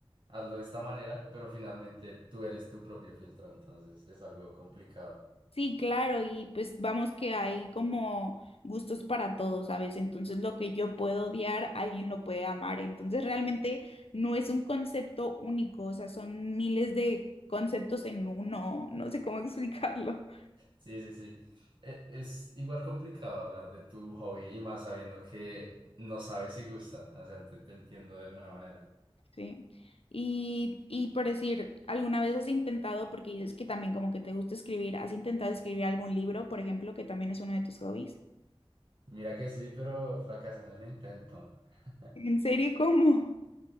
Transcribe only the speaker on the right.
hazlo de esta manera, pero finalmente tú eres tu propio filtro, entonces es algo complicado.
Sí, sí, sí. E- Es igual complicado hablar de tu hobby y más sabiendo que no sabes si gusta, o sea, te te entiendo de alguna manera.
Mira que sí, pero fracasé en el intento. <laughs>